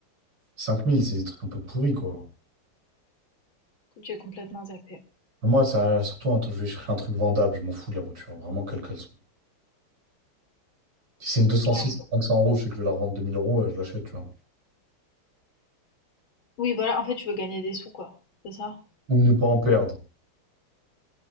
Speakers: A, on the right (about 65°); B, on the left (about 60°).
A: cinq mille c'est des trucs un peu pourris, quoi.
B: Écoute, J'ai complètement zappé.
A: Moi, ça, surtout, un truc- je vais chercher un truc vendable, je m'en fous de la voiture, vraiment, quelle qu'elle soit. Si c'est une 206
B: Ouais.
A: à 500 euros, je sais que je vais la revendre 2000 euros, euh, je l'achète, tu vois.
B: Oui, voilà, en fait, tu veux gagner des sous, quoi. C'est ça?
A: Ou ne pas en perdre.